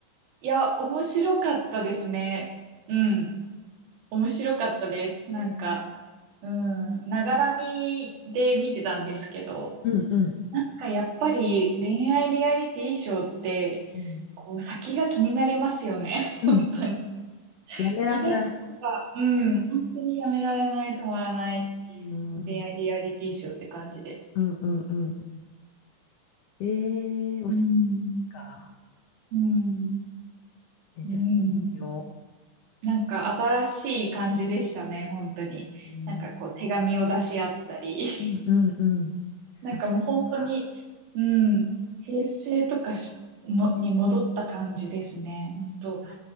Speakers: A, on the right; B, on the left.
A: いや、面白かったですね。うん。面白かったです。なんか、
B: ね
A: うん。ながらみで見てたんですけど、
B: うんうん。
A: なんかやっぱり恋愛リアリティショーって、
B: うん。
A: こう先が気になりますよね。
B: うん。
A: <laughs> 本当に。
B: やめらんない。
A: 見出しが、うん、本当にやめられない、止まらない
B: うん。うん
A: 恋愛リアリティショーって感じで。
B: うんうんうん。えー、おすす
A: うん、
B: めか。
A: うん、
B: え、じゃあ、
A: うん。
B: よ
A: なんか新しい感じでしたね、本当に。
B: う。うん。
A: なんかこう手紙を出し合ったり。<laughs>
B: うんうんうん。
A: なんかもう本当に、
B: あ、そっか。
A: うん、平成とかしもに戻った感じですね、本当。
B: あ